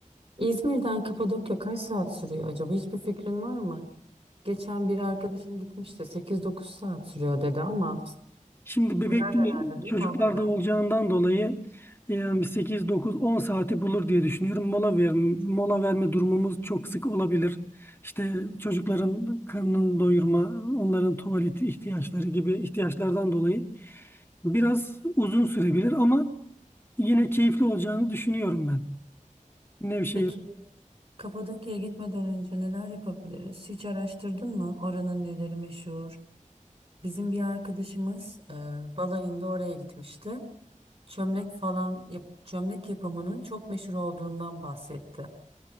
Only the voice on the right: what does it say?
İzmir'den Kapadokya kaç saat sürüyor acaba? Hiçbir fikrin var mı? Geçen bir arkadaşım gitmişti. 8-9 saat sürüyor dedi ama
sürer
herhalde değil
mi o kadar?
Peki Kapadokya'ya gitmeden önce neler yapabiliriz? Hiç araştırdın mı? Oranın neleri meşhur? Bizim bir arkadaşımız e, balayında oraya gitmişti. Çömlek falan, yap- çömlek yapımının çok meşhur olduğundan bahsetti.